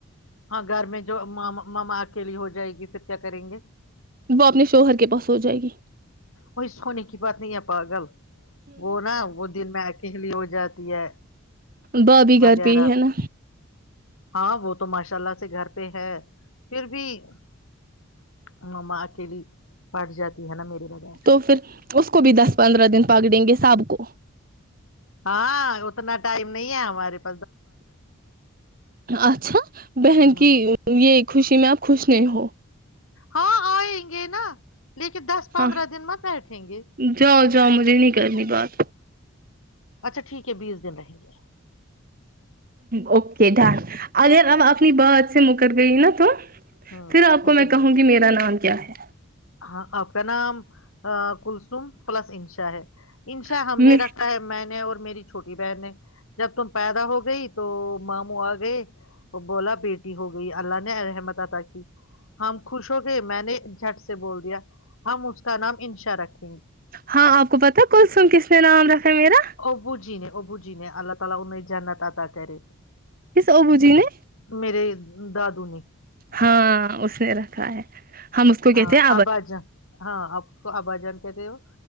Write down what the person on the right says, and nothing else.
وہ اپنے شوہر کے پاس ہو جائے گی
بھابھی گھر
پہ ہی ہے نا
تو پھر اس کو بھی دس پندرہ دن پکڑیں گے ساب کو
اچھا بہن
کی یہ خوشی میں آپ خوش س ہو
ہاں
جاؤ جاؤ مجھے نہیں کرنی بات
اوکے ڈن اگر اب اپنی بات سے مکر گئی نا تم
پھر آپ کو
میں کہوں
گی میرا نام کیا ہے
ہے
ہاں آپ کو پتا ہے کلسم کس نے نام رکھا ہے میرا
کس ابو جی نے
ہاں اس نے رکھا ہے ہم اس کو
کہتے ہیں